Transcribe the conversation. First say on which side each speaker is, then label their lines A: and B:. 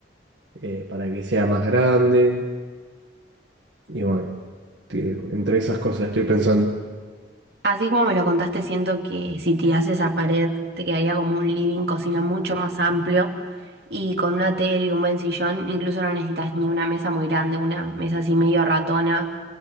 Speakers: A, on the right (about 75°); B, on the right (about 60°).
A: eh, para que sea más grande. Y bueno, te- entre esas cosas estoy pensando.
B: Así como me lo contaste, siento que si tirás esa pared te quedaría como un living, cocina mucho más amplio y con una tele y un buen sillón, incluso no necesitas ni una mesa muy grande, una mesa así medio ratona,